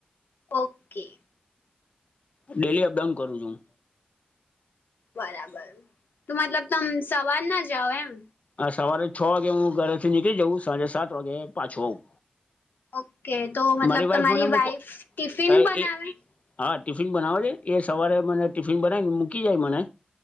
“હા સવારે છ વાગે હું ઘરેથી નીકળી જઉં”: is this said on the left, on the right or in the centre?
Left